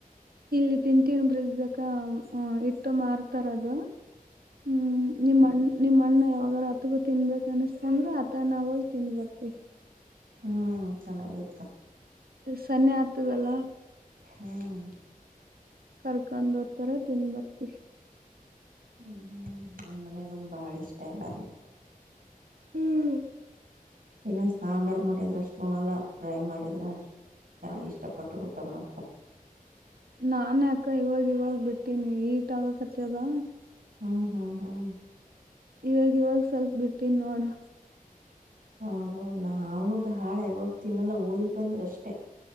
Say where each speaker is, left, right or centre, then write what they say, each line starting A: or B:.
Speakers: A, on the right; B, on the right.
A: ಇಲ್ಲಿ ತಿಂಡಟೀನ ಬ್ರಿಜ್ ಅಕ್ಕ ಇಟ್ಟು ಮಾರತಾರೆ ಅದು ಹ್ಮ್ ನಿಮ್ಮಣ್ ನಿಮ್ಮ ಅಣ್ಣ ಯಾವಾಗಾರೂ ಹತ್ತಗೂ ತಿನ್ಬೇಕು ಅನ್ನಿಸ್ತಂದ್ರೆ ಆತ ನಾವು ಹೋಗಿ ತಿಂದಬರ್ತೀವಿ.
B: ಹ್ಮ್ ಚೆನ್ನಾಗಿತ್ತು.
A: ಸನ್ನೆ ಆತ್ತದಲ್ಲ
B: ಹ್ಮ್
A: ಕರ್ಕೊಂಡ್ ಹೋತ್ತರೆ ತಿನ್ ಬರ್ತಿವಿ
B: ಹ್ಮ್ ಹ್ಮ್ ನಮ್ಮ್ ಮನೆಗೂನ್ ಬಾಳ ಇಷ್ಟ ಎಲ್ಲಾರಿಗೂ.
A: ಹ್ಮ್
B: ಇನ್ನು ಸಾಂಬಾರ್ ಮಾಡಿದ್ರೆ ಅಷ್ಟು ಉಣಲ್ಲ ಫ್ರೈ ಮಾಡಿದ್ರೆ ಅಷ್ಟ್ ಚೆನ್ನಾಗಿ ಇಷ್ಟಪಟ್ಟು ಊಟ ಮಾಡ್ತಾರ್.
A: ನಾನ ಅಕ್ಕ ಇವಾಗ ಇವಾಗ ಬಿಟ್ಟೀನಿ ಈಟ್ ಆಗಕತದ.
B: ಹ್ಮ್ ಹ್ಮ್ ಹ್ಮ್
A: ಇವಾಗ ಇವಾಗ ಸ್ವಲ್ಪ ಬಿಟ್ಟಿನ್ ನೋಡಾ
B: ಹೌದ ನಾವು ಬಾಳ ಯಾವಾಗ ತಿನ್ನಲ್ಲ ಊರಗ್ ಬಂದ್ರೆ ಅಷ್ಟೇ.